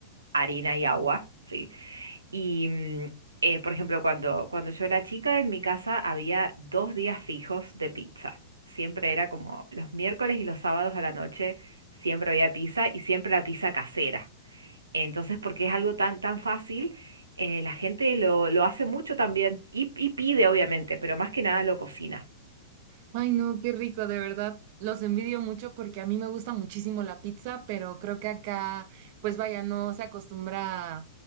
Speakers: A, on the right (about 85°); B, on the right (about 50°).
A: harina y agua. ¿sí? Y, mm, eh, por ejemplo, cuando, cuando yo era chica, en mi casa había dos días fijos de pizza. Siempre era como los miércoles y los sábados a la noche, siempre había pizza y siempre la pizza casera. Entonces, porque es algo tan, tan fácil, eh, la gente lo, lo hace mucho también y, y pide, obviamente, pero más que nada lo cocina.
B: Ay, no, qué rico, de verdad. Los envidio mucho porque a mí me gusta muchísimo la pizza, pero creo que acá, pues vaya, no se acostumbra a